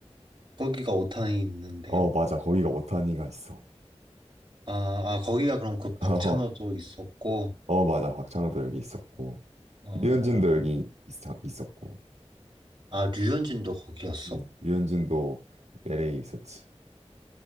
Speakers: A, on the right; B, on the right.
A: 거기가 오타니 있는데요?
B: 어, 맞아. 거기가 오타니가 있어.
A: 아, 아, 거기가 그럼 그 박찬호도
B: <laughs>
A: 있었고,
B: 어, 맞아. 박찬호도 여기 있었고,
A: 어,
B: 유현진도 여기 있- 있었고,
A: 아, 류현진도 거기였어?
B: 음. 유현진도 l a 있었지.